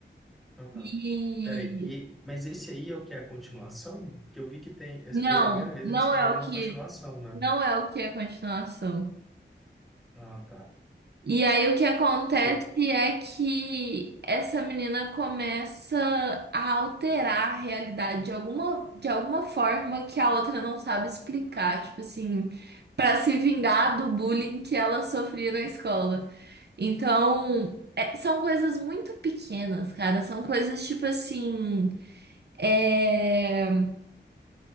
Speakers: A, in the centre; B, on the right (about 60°).
A: Aham.
B: E
A: Peraí, e, mas esse aí é o que é a continuação? Que eu vi que tem, essa-
B: não,
A: pela primeira vez
B: não
A: eles fizeram
B: é o
A: uma
B: que,
A: continuação, né?
B: não é o que é a continuação.
A: Ah, tá.
B: E aí o que acontece
A: Você,
B: é que essa menina começa a alterar a realidade de alguma, de alguma forma que a outra não sabe explicar, tipo assim, para se vingar do bullying que ela sofria na escola. Então, é- são coisas muito pequenas, cara, são coisas tipo assim, é,